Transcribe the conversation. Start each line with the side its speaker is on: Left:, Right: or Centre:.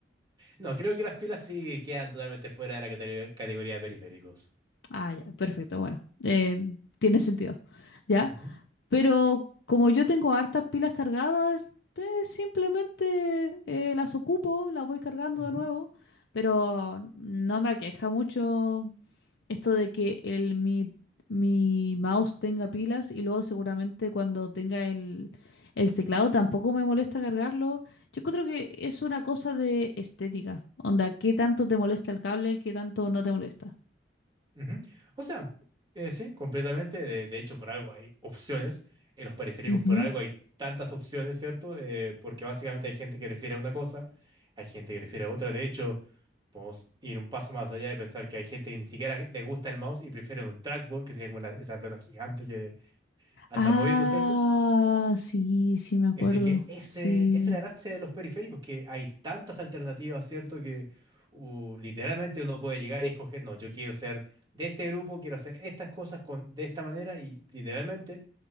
Right: No, creo que las pilas sí quedan totalmente fuera de la categori- categoría de periféricos.
Left: Ah, ya, perfecto, bueno, eh, tiene sentido, ¿ya?
Right: Ujú,
Left: Pero como yo tengo hartas pilas cargadas, pues simplemente eh, las ocupo, las voy cargando
Right: ujú.
Left: de nuevo. Pero no me aqueja mucho esto de que el, mi, mi mouse tenga pilas y luego seguramente cuando tenga el, el teclado tampoco me molesta cargarlo. Yo creo que es una cosa de estética. Onda, ¿qué tanto te molesta el cable? ¿Qué tanto no te molesta?
Right: Ujú. O sea, eh, sí, completamente. De, de hecho, por algo hay opciones. En los periféricos,
Left: Ujú.
Right: por algo hay tantas opciones, ¿cierto? Eh, porque básicamente hay gente que refiere a una cosa, hay gente que refiere a otra. De hecho, podemos ir un paso más allá de pensar que hay gente que ni siquiera le gusta el mouse y prefiere un trackball, que sería como la- esa pelota gigante que anda
Left: Ah,
Right: moviendo, ¿cierto?
Left: sí, sí me acuerdo.
Right: Así que ese,
Left: Sí.
Right: esa es la gracia de los periféricos, que hay tantas alternativas, ¿cierto? Que uh, literalmente uno puede llegar y escoger, no, yo quiero ser de este grupo, quiero hacer estas cosas con, de esta manera y literalmente